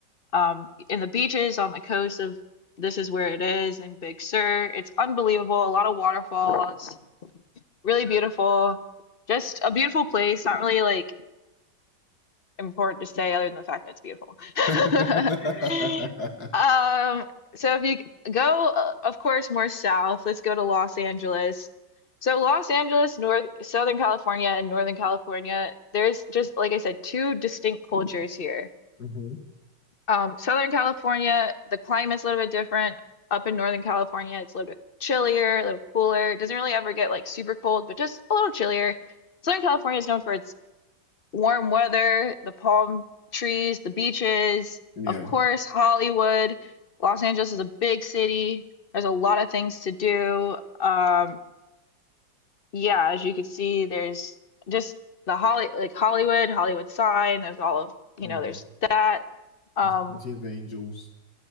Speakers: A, on the left; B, on the left.
A: um in the beaches on the coast of this is where it is in Big Sur. It's unbelievable. A lot of waterfalls, really beautiful. Just a beautiful place, not really like important to say other than the fact that it's beautiful. <laughs>
B: <laughs>
A: Um, so if you go, uh, of course, more south, let's go to Los Angeles. So Los Angeles, North, Southern California, and Northern California, there's just, like I said, two distinct cultures here.
B: Mhm.
A: Um, Southern California, the climate's a little bit different. Up in Northern California, it's a little bit chillier, a little cooler. It doesn't really ever get like super cold, but just a little chillier. Southern California is known for its warm weather, the palm trees, the beaches,
B: Yeah.
A: of course, Hollywood. Los Angeles is a big city. There's a lot of things to do. Um, yeah, as you can see, there's just the Holly like Hollywood, Hollywood sign. There's all of, you
B: Mm.
A: know, there's that. Um,
B: Plenty of angels. <laughs>